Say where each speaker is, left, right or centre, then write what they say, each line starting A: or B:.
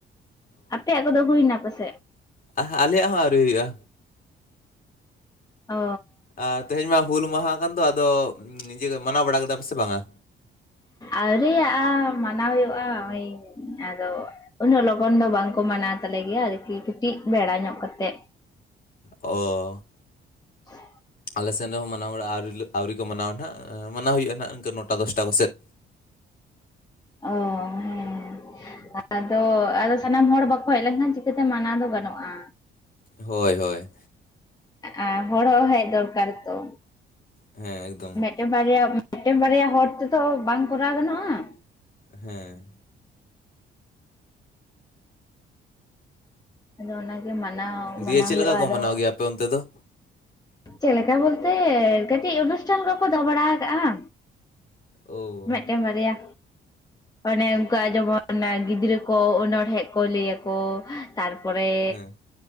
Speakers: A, on the left; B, on the left.
A: ᱟᱯᱮᱭᱟᱜ ᱠᱚᱫᱚ ᱦᱩᱭᱱᱟ ᱯᱟᱥᱮᱡ
B: ᱟᱦᱟ ᱟᱞᱮᱭᱟᱜ ᱦᱚᱸ ᱟᱹᱣᱨᱤ ᱦᱩᱭᱩᱜᱼᱟ
A: ᱚᱻᱼᱼ
B: ᱟᱨ ᱛᱮᱦᱮᱧ ᱢᱟ ᱦᱩᱞ ᱢᱟᱦᱟ ᱠᱟᱱ ᱫᱚ ᱟᱫᱚ ᱱᱤᱡᱮ ᱜᱮ ᱢᱟᱱᱟᱣ ᱵᱟᱲᱟ ᱠᱮᱫᱟ ᱯᱮ ᱥᱮ ᱵᱟᱝ-ᱟ
A: ᱟᱹᱣᱨᱤ-ᱟ ᱢᱟᱱᱟᱣ ᱦᱩᱭᱩᱜᱼᱟ ᱳᱭ ᱟᱫᱚ ᱩᱱᱟᱹᱜ ᱞᱚᱜᱚᱱ ᱫᱚ ᱵᱟᱝᱠᱚ ᱢᱟᱱᱟᱣ ᱛᱟᱞᱮ ᱜᱮᱭᱟ ᱟᱨᱠᱤ ᱠᱟᱹᱴᱤᱡ ᱵᱮᱲᱟ ᱧᱚᱜ ᱠᱟᱛᱮᱜ
B: ᱚ
A: <unintelligible>
B: ᱟᱞᱮ ᱥᱮᱱ ᱨᱮᱦᱚᱸ ᱢᱟᱱᱟᱣ ᱵᱟᱲᱟ ᱟᱹᱣᱨᱤ ᱞᱮ ᱟᱹᱣᱨᱤ ᱠᱚ ᱢᱟᱱᱟᱣᱟ ᱱᱟᱦᱟ, ᱢᱟᱱᱟᱣ ᱦᱩᱭᱩᱜᱼᱟ ᱱᱟᱦᱟᱜ ᱤᱱᱠᱟᱹ ᱱᱚᱴᱟ ᱫᱚᱥᱴᱟ ᱠᱚᱥᱮᱫ᱾
A: ᱚᱸᱻ ᱦᱮᱸ ᱟᱫᱚ, ᱟᱫᱚ ᱥᱟᱱᱟᱢ ᱦᱚᱲ ᱵᱟᱠᱚ ᱦᱮᱡ ᱞᱮᱱᱠᱷᱟᱱ ᱪᱤᱠᱟᱹᱛᱮ ᱢᱟᱱᱟᱣ ᱫᱚ ᱜᱟᱱᱚᱜᱼᱟ᱾
B: ᱦᱳᱭ ᱦᱳᱭ᱾
A: ᱟᱸᱻ ᱦᱚᱲ ᱦᱚᱸ ᱦᱮᱡ ᱫᱚᱨᱠᱟᱨ ᱛᱚ᱾
B: ᱦᱮᱸ ᱮᱠᱫᱚᱢ᱾
A: ᱢᱤᱜᱴᱮᱱ ᱵᱟᱨᱭᱟ ᱢᱤᱜᱴᱮᱱ ᱵᱟᱨᱭᱟ ᱦᱚᱲ ᱛᱮᱫᱚ ᱵᱟᱝ ᱠᱚᱨᱟᱣ ᱜᱟᱱᱚᱜᱼᱟ᱾
B: ᱦᱮᱸ᱾
A: ᱟᱫᱚ ᱚᱱᱟᱜᱮ ᱢᱟᱱᱟᱣ, ᱢᱟᱱᱟᱣ
B: ᱫᱤᱭᱮ ᱪᱮᱫ
A: ᱦᱩᱭᱩᱜᱼᱟ
B: ᱞᱮᱠᱟ ᱠᱚ
A: ᱟᱫᱚ
B: ᱢᱟᱱᱟᱣ ᱜᱮᱭᱟ ᱟᱯᱮ ᱚᱱᱛᱮ ᱫᱚ?
A: ᱪᱮᱜ ᱞᱮᱠᱟ ᱵᱚᱞᱛᱮ ᱠᱟᱹᱴᱤᱡ ᱚᱱᱩᱥᱴᱷᱟᱱ ᱠᱚᱠᱚ ᱫᱚᱦᱚ ᱵᱟᱲᱟ ᱟᱠᱟᱜᱼᱟ᱾
B: ᱳ᱾
A: ᱢᱤᱜᱴᱟᱝ ᱵᱟᱨᱭᱟ᱾ ᱚᱱᱮ ᱚᱱᱠᱟ ᱡᱮᱢᱚᱱ ᱜᱤᱫᱽᱨᱟᱹ ᱠᱚ ᱚᱱᱚᱚᱲᱦᱮᱸᱜ ᱠᱚ ᱞᱟᱹᱭ ᱟᱠᱚ᱾ ᱛᱟᱨᱯᱚᱨᱮ
B: ᱦᱮᱸ